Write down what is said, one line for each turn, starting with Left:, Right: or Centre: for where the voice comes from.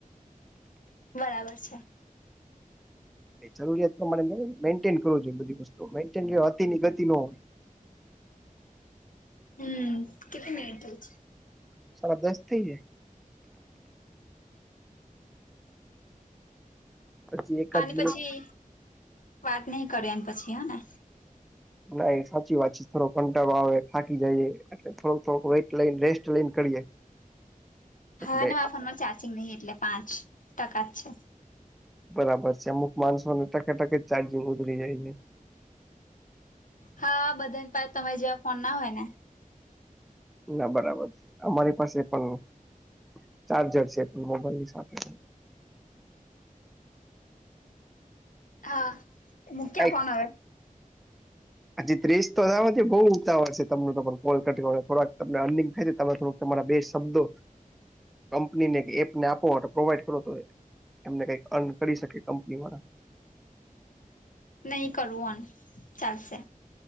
Left: બરાબર છે.
Centre: જરૂરિયાત પ્રમાણે મેન્ટેન કરવું જોઈએ બધી વસ્તુ મેન્ટન અતિની ગતિ ન
Left: હમ કલી ટલ છે.
Centre: સા દસ્તી છે. પછી એકાદ
Left: આને પછી,
Centre: મિનિટ
Left: વાત નહી કરે, આની પછી હા ને.?
Centre: ના સાચી વાત છે. થોડો કંટાળો આવે થાકી જાય. એટલે થોડુંક થોડક વેઇટ લઈને રેસ્ટ લઈને કરીએ. એટલે
Left: હા મારા ફોનમાં ચાર્જિંગ નહિ એટલે પાંચ ટકા જ છે.
Centre: બરાબર છે અમુક માણસોને ટકેટકે જ ચાર્જિંગ ઉતરી જાય છે.
Left: હા બધા પાસે તમે જેવા ફોન ના હોય ને.
Centre: ના બરાબર છે અમારી પાસે પણ નથી. ચાર્જર છે પણ મોબાઈલ ની સાથે.
Left: હા
Centre: તો
Left: મૂક્યા
Centre: કઈ?
Left: ફોન હવે
Centre: હજી ત્રીસ તો થવા દ્યો છે બઉ ઉતાવળ છે તમનું તો પણ કોલ કટ થોડાક તમને અર્નીગ થાય ત થોડુંક તમારા બે શબ્દો કંપની ને એપને આપો પ્રોવાઈડ કરો તો એમને કઈક અર્ન કરી શકે કંપની વાળા.
Left: નહીં કરું ઓન ચાલશે.